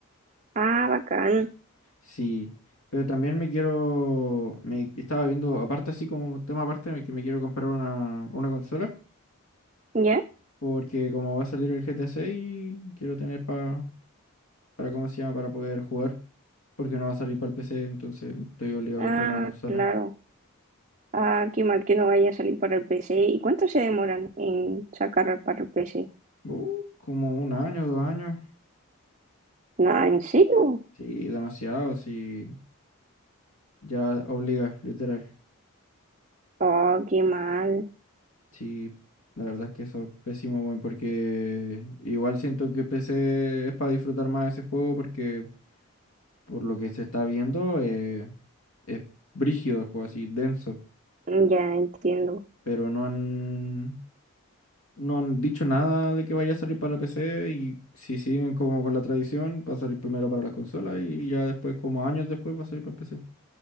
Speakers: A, on the right; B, on the left.
A: Ah, bacán.
B: Sí, pero también me quiero... Me estaba viendo, aparte así como tema aparte, que me quiero comprar una, una consola.
A: ¿Ya?
B: Porque como va a salir el GTA 6, quiero tener pa- para, ¿cómo se llama? Para poder jugar. Porque no va a salir para el PC, entonces estoy obligado
A: Ah,
B: a comprarme una consola.
A: claro. Ah, qué mal que no vaya a salir para el PC. ¿Y cuánto se demoran en sacar para el PC?
B: Uh, como un año, dos años.
A: Nada, ¿en serio?
B: Sí, demasiado, sí. Ya obliga, literal.
A: Oh, qué mal.
B: Sí, la verdad es que eso es pésimo, weón, porque igual siento que PC es para disfrutar más ese juego, porque por lo que se está viendo eh, es brígido el juego, así denso,
A: Mm, Ya entiendo.
B: pero no han, no han dicho nada de que vaya a salir para PC y si siguen como con la tradición, va a salir primero para las consolas y ya después, como años después, va a salir para el PC.